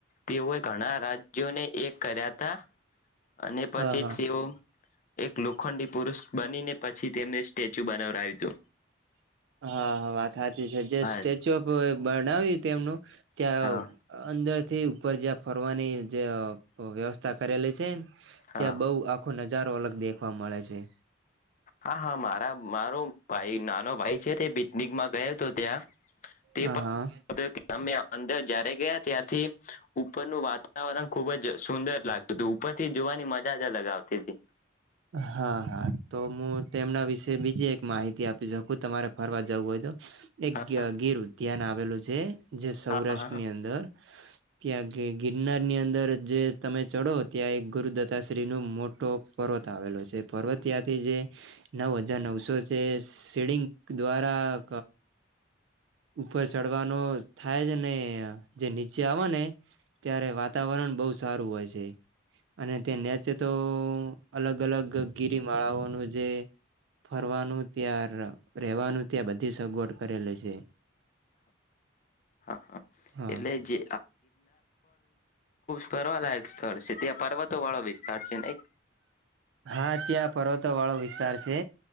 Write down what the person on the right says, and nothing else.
હા હા
હા હા વાત સાચી છે જે
સ્ટેચ્યુ ઓફ બનાવી તે એમનું ત્યાં
અંદર થી ઉપર જ્યાં ફરવાની જે વ્યવસ્થા કરેલી છે.
ત્યાં બઉ આખો ન નજારો અલગ દેખવા મળે છે.
હા હા
હા હા તો હું તેમના વિશે બીજી એક માહિતી આપી શકું તમારે ફરવા જવું હોય તો એક
ગીર ધ્યાન આવેલું છે. જે સૌરાષ્ટ્રની
અંદર ત્યાગે ગિરનાર ની અંદર જે તમે ચડો ત્યાં એક ગુરુદત્તાશ્રી નુ મોટો પર્વત આવેલો છે પર્વત ત્યાંથી જે નવ હજાર નવસો છે. સીડિંગ દ્વારા ઉપર ચડવાનો થાય છે ને જે નીચે આવે ને ત્યારે વાતાવરણ બહુ સારું હોય છે અને તે નેચે તો અલગ-અલગ ગિરિમાળાઓનું જે. ફરવાનું ત્યયાર <inaudible> રવાનું ત્યાં બધી સગવડ કરેલી છે
હા.
હા ત્યાં પર્વતો વાળો વિસ્તાર છે